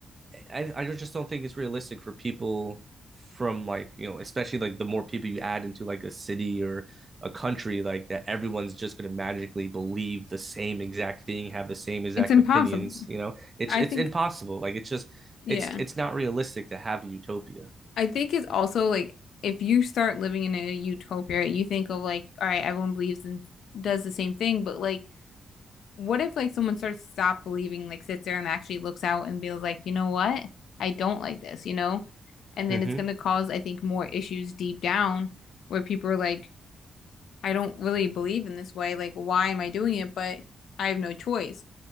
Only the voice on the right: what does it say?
I, I just don't think it's realistic for people from like you know especially like the more people you add into like a city or a country like that everyone's just going to magically believe the same exact thing have the same exact
opinions you know it's
it's
impossible like it's just
it's it's not realistic to have a utopia
mm-hmm